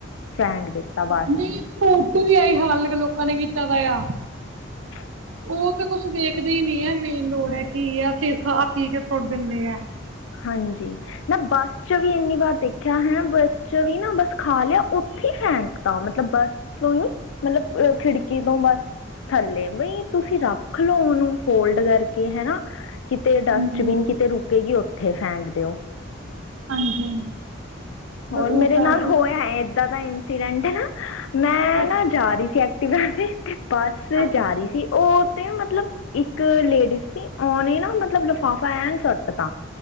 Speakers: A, on the left (about 75°); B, on the right (about 80°).
A: ਫੈਂਕ ਦਿੱਤਾ ਬਸ
B: ਨਹੀਂ ਓਥੇ ਵੀ ਆਈ ਹਾਲ ਲੋਕਾਂ ਨੇ ਕੀਤਾ ਵ ਆ।
A: <unintelligible>
B: ਉਹ ਤਾਂ ਕੁਛ ਦੇਖਦੇ ਹੀ ਨਹੀ ਹੈ ਮੇਨ ਰੋਡ ਹੈ, ਕੀ ਆ ਓਥੇ ਹੀ ਖਾਹ ਪੀ ਕੇ ਸੁੱਟ ਦਿੰਦੇ ਆ।
A: ਹਾਂਜੀ। ਮੈਂ ਬੱਸ ਚ ਵੀ ਇੰਨੀ ਵਾਰ ਦੇਖਿਆ ਹੈ, ਬੱਸ ਚ ਵੀ ਨਾ ਬੱਸ ਖਾ ਲਿਆ ਉੱਥੇ ਸ਼ੈਂਕ ਤਾਂ ਮਤਲਬ ਬੱਸ ਤੋਂ ਹੀ ਮਤਲਬ ਖਿੜਕੀ ਤੋਂ ਬਸ ਥੱਲੇ ਬਈ ਤੁਸੀਂ ਰੱਖ ਲੋਓ ਉਹਨੂੰ ਫੋਲਡ ਕਰਕੇ ਹਨਾ। ਕਿਤੇ
B: ਹਾਂਜੀ
A: ਡਸਟਬਿਨ ਕਿਤੇ ਰੁਕੇਗੀ ਉੱਥੇ ਫੈਂਕ ਦਿਓ।
B: ਹਾਂਜੀ।
A: ਹੋਰ
B: ਉਹ
A: ਮੇਰੇ
B: ਕਰਦੇ
A: ਨਾਲ ਹੋਇਆ
B: ਹੀ ਨੇ
A: ਇਦਾਂ ਦਾ ਇੰਸੀਡੈਂਟ ਨਾ, ਮੈਂ
B: ਅੱਛਾ
A: ਨਾ ਜਾ ਰਹੀ ਸੀ ਤੇ ਬੱਸ
B: ਅੱਛਾ
A: ਜਾ ਰਹੀ ਸੀ ਉਹ ਤੇ ਮਤਲਬ ਇੱਕ ਲੇਡੀਜ਼ ਸੀ ਉਹਨੇ ਨਾ ਮਤਲਬ ਲਿਫਾਫਾ ਐਨ ਸੁੱਟ ਦਾ।